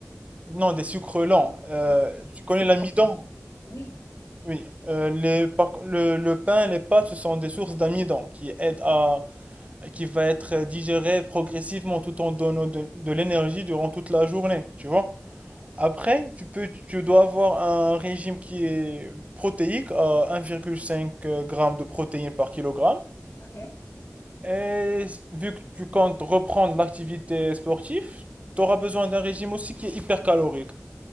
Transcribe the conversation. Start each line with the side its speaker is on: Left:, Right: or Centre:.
Right: Non, des sucres lents. Euh,
Left: des sucres
Right: tu
Left: lents.
Right: connais l'amidon?
Left: Oui,
Right: Oui. Euh, les, par- le, le pain, les pâtes, ce sont des sources d'amidon qui aident à, qui va être digéré progressivement tout en donnant de, de l'énergie durant toute la journée, tu vois. Après, tu peux, tu dois avoir un régime qui est protéique à un virgule cinq g de protéines par kilogramme.
Left: OK.
Right: Et vu que tu comptes reprendre l'activité sportive, tu auras besoin d'un régime aussi qui est hypercalorique.